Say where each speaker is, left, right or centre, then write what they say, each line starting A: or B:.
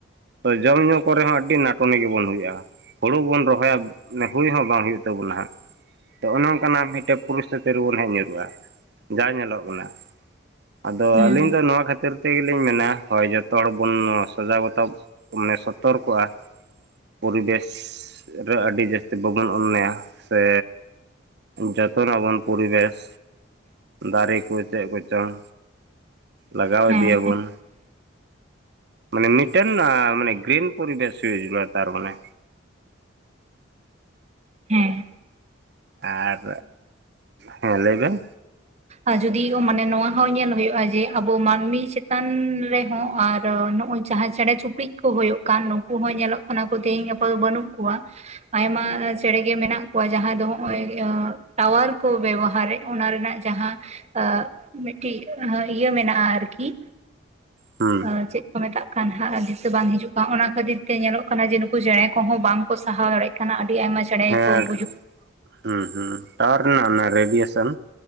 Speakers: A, on the right (about 60°); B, on the right (about 35°).
A: ᱛᱚ ᱡᱚᱢ ᱧᱩ ᱠᱚᱨᱮ ᱦᱚᱸ ᱟᱹᱰᱤ ᱱᱟᱴᱚᱱᱤ ᱜᱮᱵᱚᱱ ᱦᱩᱭᱩᱜ-ᱟ ᱦᱩᱲᱩ ᱵᱚᱱ ᱨᱚᱦᱚᱭᱟ ᱢᱟᱱᱮ ᱦᱩᱭ ᱦᱚᱸ ᱵᱟᱝ ᱦᱩᱭᱩᱜ ᱛᱟᱵᱚᱱᱟ ᱦᱟᱸᱜ ᱛᱚ ᱚᱱᱮ ᱝᱠᱟᱱᱟᱜ ᱢᱤᱫᱴᱮᱡ ᱯᱩᱨᱩᱥᱛᱷᱤᱛᱤ ᱨᱮᱵᱚᱱ ᱦᱮᱡ ᱧᱩᱨᱩᱜ-ᱟ ᱡᱟ ᱧᱮᱞᱚᱜ ᱠᱟᱱᱟ ᱟᱫᱚ
B: ᱦᱮᱸ
A: ᱟᱹᱞᱤᱧ ᱫᱚ ᱱᱚᱣᱟ ᱠᱷᱟᱹᱛᱤᱨ ᱛᱮ ᱜᱮᱞᱤᱧ ᱢᱮᱱᱟ ᱦᱳᱭ ᱡᱚᱛᱚ ᱦᱚᱲ ᱵᱚᱱ ᱥᱟᱡᱟᱣ ᱵᱟᱛᱟᱣ ᱢᱟᱱᱮ ᱥᱚᱛᱚᱨ ᱠᱚᱜᱼᱟ ᱯᱚᱨᱤᱵᱮᱥ ᱨᱮ ᱟᱹᱰᱤ ᱡᱟᱹᱥᱛᱤ ᱵᱟᱵᱚᱱ ᱚᱱᱱᱟᱭᱟ ᱥᱮ ᱡᱚᱛᱚᱱᱟᱵᱚᱱ ᱯᱚᱨᱤᱵᱮᱥ ᱫᱟᱨᱮ ᱠᱚ ᱪᱮᱫ ᱠᱚᱪᱚᱝ ᱞᱟᱜᱟᱣ
B: ᱦᱮᱸ
A: ᱤᱫᱤᱭᱟᱵᱚᱱ ᱢᱟᱱᱮ ᱢᱤᱫᱴᱮᱱ ᱟ ᱢᱟᱱᱮ ᱜᱨᱤᱱ ᱯᱳᱨᱤᱵᱮᱥ ᱦᱩᱭᱩᱜ <inaudible> ᱛᱟᱨ ᱢᱟᱱᱮ
B: ᱦᱮᱸ
A: ᱟᱨ ᱦᱮᱸ ᱞᱟᱹᱭ ᱵᱮᱱ
B: ᱟᱨ ᱡᱩᱫᱤ ᱢᱟᱱᱮ ᱱᱚᱣᱟ ᱦᱚᱸ ᱧᱮᱞ ᱦᱩᱭᱩᱜᱼᱟ ᱡᱮ ᱟᱵᱚ ᱢᱟᱹᱱᱢᱤ ᱪᱮᱛᱟᱱ ᱨᱮᱦᱚᱸ ᱟᱨ ᱱᱚᱜᱼᱚᱭ ᱡᱟᱦᱟᱸᱭ ᱪᱮᱬᱮ ᱪᱩᱯᱲᱤᱡ ᱠᱚ ᱦᱳᱭᱳᱜ ᱠᱟᱱ ᱱᱩᱠᱩ ᱦᱚᱸ ᱧᱮᱞᱚᱜ ᱠᱟᱱᱟ ᱠᱚ ᱛᱮᱦᱤᱧ ᱜᱟᱯᱟ ᱫᱚ ᱵᱟᱹᱱᱩᱜ ᱠᱚᱣᱟ ᱟᱭᱢᱟ ᱪᱮᱬᱮᱜᱮ ᱢᱮᱱᱟᱜ ᱠᱚᱣᱟ ᱡᱟᱦᱟᱸ ᱫᱚ ᱱᱚᱜ ᱚᱭ ᱴᱟᱣᱟᱨ ᱠᱚ ᱵᱮᱵᱚᱦᱟᱨᱮᱫ ᱚᱱᱟ ᱨᱮᱱᱟᱜ ᱡᱟᱦᱟᱸ ᱟ ᱢᱤᱫᱴᱤᱡ ᱤᱭᱟᱹ ᱢᱮᱱᱟᱜᱼᱟ ᱟᱨᱠᱤ
A: ᱦᱩᱸ
B: ᱟ ᱪᱮᱫ ᱢᱮᱛᱟᱜ ᱠᱟᱱ ᱦᱟᱸᱜ ᱟᱨ ᱫᱤᱥᱟᱹ ᱵᱟᱝ ᱦᱤᱡᱩᱜ ᱠᱟᱱ ᱚᱱᱟ ᱠᱷᱟᱹᱛᱤᱨ ᱛᱮ ᱧᱮᱞᱚᱜ ᱠᱟᱱᱟ ᱡᱮ ᱱᱩᱠᱩ ᱪᱮᱬᱮ ᱠᱚᱦᱚᱸ ᱵᱟᱝᱠᱚ ᱥᱟᱦᱟᱣ ᱫᱟᱲᱮᱭᱟᱜ ᱠᱟᱱᱟ ᱱᱟᱜ ᱟᱹᱰᱤ ᱟᱭᱢᱟ ᱪᱮᱬᱮ
A: ᱦᱮᱸ
B: ᱜᱮ ᱠᱚ ᱜᱩᱡᱩᱜ
A: ᱦᱩᱸ ᱦᱩᱸ ᱴᱟᱣᱟᱨ ᱦᱮᱱᱟᱜ ᱚᱱᱟ ᱨᱮᱰᱤᱭᱮᱥᱚᱱ